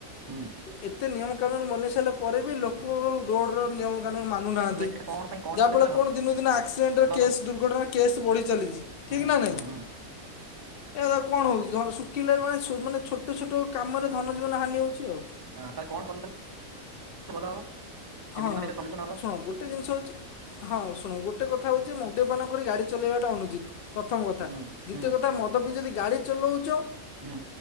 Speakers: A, on the right (about 25°); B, on the left (about 55°).
A: ହୁଁ।
B: ଏତେ ନିୟମ କାନୁନ ବନେଇ ସାଇଲା ପରେ ବି ଲୋକ ରୋଡ଼ର ନିୟମ କାନୁନ୍ ମାନୁ ନାହାନ୍ତି
A: ତାହେଲେ ଏଇଟା
B: ଯାହା
A: କଣ ପାଇଁ କଣ କଲେ
B: ଫଳ
A: ତାହେଲେ ଭଲ
B: କଣ ଦିନୁ ଉ ଦିନ ଆକ୍ସିଡେଣ୍ଟ
A: ହବ
B: କେସ୍ ଦୂର୍ଘ ର୍ଘଟଣା କେସ୍ ବଢ଼ି ଚାଲିଛି
A: ହୁଁ
B: ଠିକ୍ ନା ନାଇଁ।
A: ହୁଁ ହୁଁ
B: ଏହା ଦ୍ୱା କଣ ହଉଛି ଜନ୍ ଶୁକିଲା ରେ ମାନେ ଶୁ ମାନେ ଛୋଟ ଛୋଟ କାମରେ ଧନ ଜୀବନ ହାନି ହଉଚି ଆଉ।
A: ହଁ ତାଲେ କଣ କଲେ ଭଲ ହବ। କେମିତି
B: ହଁ ହ
A: ମାନେ ସଲ୍ୟୁସନ ହବ
B: ଶୁଣ ଗୋଟେ ଜିନିଷ ହୋଉଚି ହଁ ଶୁଣୁ ଗୋଟେ କଥା ହଉଛି ମଦ୍ୟପାନ କରି ଗାଡି ଚଲେଇବା ଟା ଅନୁଚିତ ପ୍ରଥମ କଥା
A: ହୁଁ
B: ଦି
A: ହୁଁ
B: ତିୟ କଥା ମଦ ବିି ଯଦି ଗାଡି ଚଲଉଚ
A: ହୁଁ